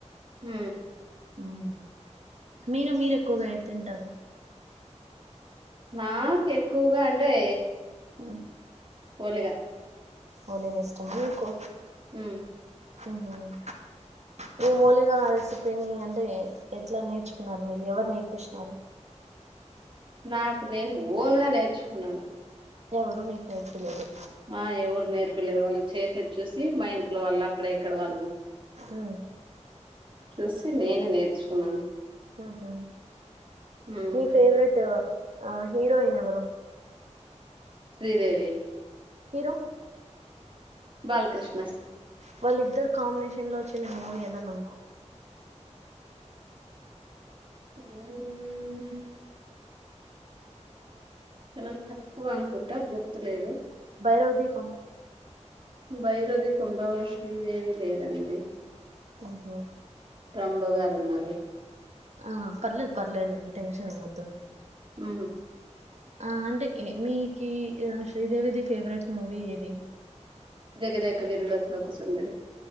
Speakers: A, on the right; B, on the right.
A: ఉ
B: మ్మ్. మీరు మీరు ఎక్కువగా ఏం తింటారు
A: మాకు ఎక్కువగా అంటే
B: ఆ
A: వోలిగా
B: ఓలిగా ఇష్టమా మీకు
A: ఉ
B: ఓహో ఓలిగా రెసిపీని అంటే ఎట్లా నేర్చుకున్నారు మీరు ఎవరు నేర్పించినారు
A: నాకు నేను ఓన్గా నేర్చుకున్నాను
B: ఎవరు మీకు నేర్పిలేదు
A: ఆ ఎవరు నేర్పలేదు వాళ్ళు చేసే చూసి మా ఇంట్లో వాళ్ళు అక్కడ ఇక్కడ వాళ్ళు
B: ఉ
A: చూసి నేనే నేర్చుకున్నాను
B: ఉహు
A: మ్మ్
B: మీ ఫేవరెట్ ఆ హీరోయిన్ ఎవరు
A: శ్రీదేవి
B: హీరో
A: బాలకృష్ణ
B: వాళ్ళిద్దరు కాంబినేషన్ లో వచ్చిన మూవీ ఏదైనా ఉందా
A: ఊ చాలా తక్కువ అనుకుంటారు గుర్తులేదు
B: భైరవ దీపం
A: బైరది పొండవ శ్రీదేవి లేదు దండి
B: ఓహో
A: రంబ గారు ఉన్నారు
B: ఆ పర్లేదు పర్లేద నేం టెన్షన్ ఏమొద్దు
A: అ
B: ఆ అంటే మీకి శ్రీదేవిది ఫేవరెట్ మూవీ ఏది
A: జగదక విరుళత్ లో ఒక సుందర్